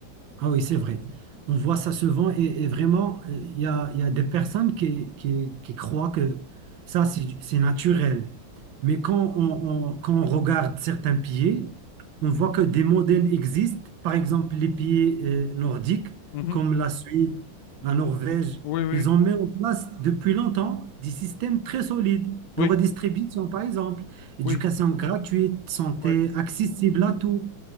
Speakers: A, on the right (about 75°); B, on the left (about 70°).
A: Ah oui, c'est vrai. On voit ça souvent et, et vraiment, euh, il y a, il y a des personnes qui, qui, qui croient que ça, c'est c'est naturel. Mais quand on, on- quand on regarde certains pieds, on voit
B: Mhm.
A: que des modèles existent. Par exemple, les pieds euh, nordiques,
B: Mhm.
A: comme la Suède, la Norvège,
B: Oui, oui,
A: ils ont mis en place depuis longtemps des systèmes très solides de
B: oui,
A: redistribution, par exemple, éducation
B: oui,
A: gratuite, santé
B: oui,
A: accessible à tous